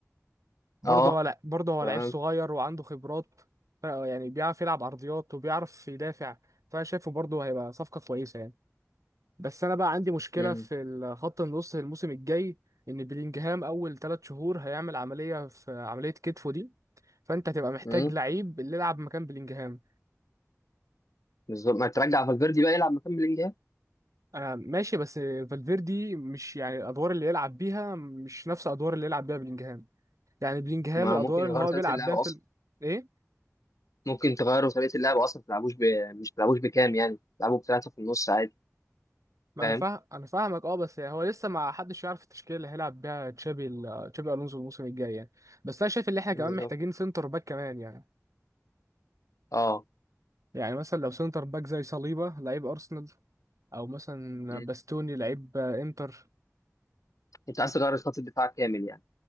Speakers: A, on the right; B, on the left.
A: برضه
B: اه
A: هو لع- برضه هو
B: تمام
A: لعيب صغير وعنده خبرات ف- يعني بيعرف يلعب عرضيات وبيعرف يدافع فأنا شايفه برضه هيبقى صفقة كويسة يعني بس انا بقى عندي مشكله
B: امم
A: في خط النص الموسم الجاي ان بلينجهام اول ثلاث شهور هيعمل عمليه في عمليه كتفه دي فانت هتبقى محتاج
B: امم
A: لعيب اللي يلعب مكان بلينجهام
B: بالظبط ما ترجع فالفيردي بقى يلعب مكان بلينجهام
A: انا ماشي بس فالفيردي مش يعني الادوار اللي يلعب بيها مش نفس الادوار اللي يلعب بيها بلينجهام يعني بلينجهام
B: ما
A: الادوار
B: ممكن يغيروا
A: اللي هو
B: طريقه
A: بيلعب
B: اللعب
A: بيها
B: اصلا
A: في ال... ايه
B: ممكن تغيروا طريقه اللعب اصلا ما تلعبوش ب... مش تلعبوش بكام يعني تلعبوا بثلاثه في النص عادي
A: ما
B: فاهم
A: انا فاهم انا فاهمك اه بس هو لسه ما حدش يعرف التشكيله اللي هيلعب بيها تشابي ال- تشابي الونسو الموسم الجاي يعني بس انا شايف ان احنا كمان
B: بالظبط
A: محتاجين سنتر باك كمان يعني
B: اه
A: يعني مثلا لو سنتر باك زي صليبة لعيب أرسنال أو مثلا
B: مم.
A: باستوني لعيب آه، إنتر
B: انت عايز تغير خط الدفاع كامل يعني